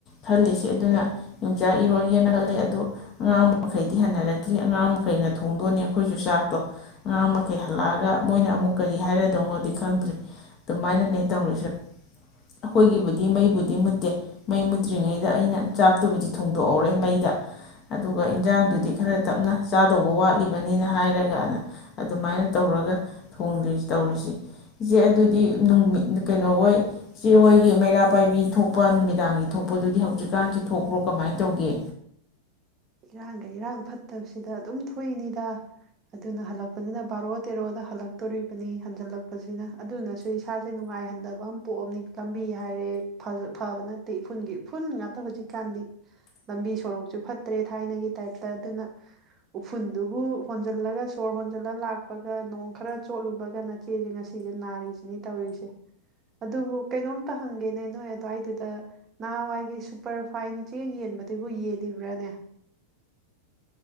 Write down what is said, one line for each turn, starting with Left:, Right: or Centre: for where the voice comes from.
Left: ꯈꯜꯂꯤꯁꯤ ꯑꯗꯨꯅ ꯌꯣꯡꯆꯥꯛ ꯏꯔꯣꯟꯒꯦꯅ ꯈꯜꯂꯤ ꯑꯗꯨ ꯑꯉꯥꯡ ꯃꯌꯥꯝ ꯑꯥꯉꯥꯡ ꯃꯈꯩꯗꯤ ꯍꯟꯅꯔꯛꯇ꯭ꯔꯤ ꯑꯉꯥꯡ ꯃꯈꯩꯅ ꯊꯣꯡꯗꯣꯅꯤ ꯑꯩꯈꯣꯏꯁꯨ ꯆꯥꯛꯇꯣ ꯑꯉꯥꯡ ꯃꯈꯩ ꯍꯜꯂꯛꯑꯒ ꯃꯣꯏꯅ ꯑꯃꯨꯛ ꯀꯔꯤ ꯍꯥꯏꯔꯗꯣꯅꯣꯗꯤ ꯈꯪꯗ꯭ꯔꯤ ꯑꯗꯨꯃꯥꯏꯅꯅꯦ ꯇꯧꯔꯤꯁꯦ ꯑꯩꯈꯣꯏꯒꯤꯕꯨꯗꯤ ꯃꯩꯕꯨꯗꯤ ꯃꯨꯠꯇꯦ ꯃꯩ ꯃꯨꯠꯇ꯭ꯔꯤꯉꯩꯗ ꯑꯩꯅ ꯆꯥꯛꯇꯨꯕꯨꯗꯤ ꯊꯣꯡꯗꯣꯛꯑꯣꯔꯦ ꯃꯩꯗ ꯑꯗꯨ ꯑꯗꯨꯒ ꯏꯟꯖꯥꯡꯗꯨꯗꯤ ꯈꯔ ꯇꯞꯅ ꯆꯥꯗꯧꯕ ꯋꯥꯠꯂꯤꯕꯅꯤꯅ ꯍꯥꯏꯔꯒꯅ ꯑꯗꯨꯃꯥꯏꯅ ꯇꯧꯔꯒ ꯊꯣꯡꯗ꯭ꯔꯤ ꯇꯧꯔꯤꯁꯦ ꯏꯆꯦ ꯑꯗꯨꯗꯤ ꯅꯨꯃꯤꯠ ꯀꯩꯅꯣꯍꯣꯏ ꯏꯆꯦ ꯍꯣꯏꯒꯤ ꯃꯩꯔꯥ ꯄꯥꯏꯕꯤ ꯊꯣꯛꯄ ꯅꯨꯃꯤꯗꯥꯡꯒꯤ ꯊꯣꯛꯄꯗꯨꯗꯤ ꯍꯧꯖꯤꯛꯀꯥꯟꯁꯤ ꯊꯣꯛꯄ꯭ꯔꯣ ꯀꯃꯥꯏ ꯇꯧꯒꯦ
Right: ꯏꯔꯥꯡꯒ ꯏꯔꯥꯡ ꯐꯠꯇꯕꯁꯤꯗ ꯑꯗꯨꯝ ꯊꯣꯛꯏꯅꯤꯗ ꯑꯗꯨꯅ ꯍꯜꯂꯛꯄꯖꯤꯅ ꯕꯥꯔꯣ ꯇꯦꯔꯣꯗ ꯍꯜꯂꯛꯇꯣꯔꯤꯕꯅꯤ ꯍꯟꯖꯤꯜꯂꯛꯄꯁꯤꯅ ꯑꯗꯨꯅꯁꯨ ꯏꯁꯥꯁꯦ ꯅꯨꯡꯉꯥꯏꯍꯟꯗꯕ ꯑꯃ ꯄꯣꯛꯑꯝꯅꯤ ꯂꯝꯕꯤ ꯍꯥꯏꯔꯦ ꯐꯖꯥ-ꯐꯕ ꯅꯠꯇꯦ ꯏꯐꯨꯟꯒꯤ ꯏꯐꯨꯟ ꯉꯥꯛꯇ ꯍꯧꯖꯤꯛꯀꯥꯟꯗꯤ ꯂꯝꯕꯤ ꯁꯣꯔꯣꯛ ꯁꯨ ꯐꯠꯇ꯭ꯔꯦ ꯊꯥꯏꯅꯒꯤ ꯇꯥꯏꯞꯇ ꯑꯗꯨꯅ ꯎꯐꯨꯜꯗꯨꯕꯨ ꯍꯣꯟꯖꯜꯂꯒ ꯁꯣꯔ ꯍꯣꯟꯖꯜꯂ ꯂꯥꯛꯄꯒ ꯅꯣꯡ ꯈꯔ ꯆꯣꯠꯂꯨꯕꯒꯅ ꯅꯆꯦꯖꯦ ꯉꯁꯤꯁꯦ ꯅꯥꯔꯤꯁꯤꯅꯤ ꯇꯧꯔꯤꯁꯦ ꯑꯗꯨꯕꯨ ꯀꯩꯅꯣꯝꯇ ꯍꯪꯒꯦꯅꯦ ꯅꯣꯏ ꯑꯗꯨꯋꯥꯏꯗꯨꯗ ꯅꯍꯥꯟꯋꯥꯏꯒꯤ ꯁꯨꯄꯔ ꯐꯥꯏꯟ ꯆꯦ ꯌꯦꯟꯕꯗꯨꯕꯨ ꯌꯦꯂꯤꯕ ꯔꯥꯅꯦ